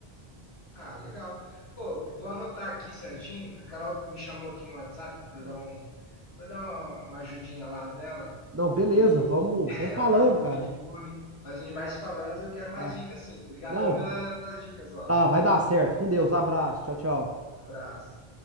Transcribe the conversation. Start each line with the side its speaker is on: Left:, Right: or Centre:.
Left: Ah, legal. Pô, vou anotar aqui certinho. A Carol me chamou aqui no WhatsApp para
Right: Não,
Left: dar um, para dar uma, uma ajudinha lá dela.
Right: não, beleza,
Left: E
Right: vamos,
Left: <laughs>
Right: vamos
Left: ela
Right: falando,
Left: tava com um pouquinho
Right: cara.
Left: de fome, mas a gente vai se falando e eu quero mais
Right: Ah,
Left: dicas sim. Obrigadão
Right: não,
Left: pela- pelas dicas, Laura.
Right: tá, vai dar certo. Com Deus, abraço, tchau, tchau.
Left: Abraço.